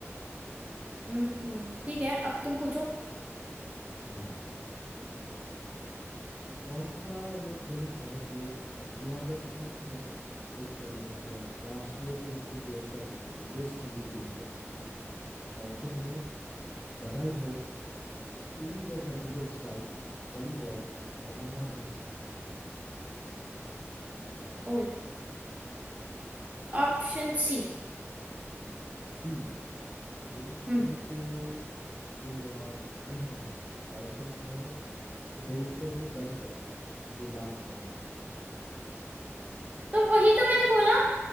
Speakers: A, on the right; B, on the left.
A: हम्म ठीक है अब तुम पूछो
B: हाँ कौन सा वो फिल्म है जो 2019 में एक अ, मतलब राष्ट्रीय फिल्म के पुरस्कार जीते थे बेस्ट हिंदी फिल्म करके ऑप्शन है Badhaai Ho Uri the surgical strike Gully boy और अंधाधुन
A: ओए ऑप्शन सी
B: सी लेकिन सी
A: हम्म
B: तो सही जवाब नहीं है ऑप्शन है सही उत्तर है गली बॉय जो लास्ट में था
A: तो वही तो मैंने बोला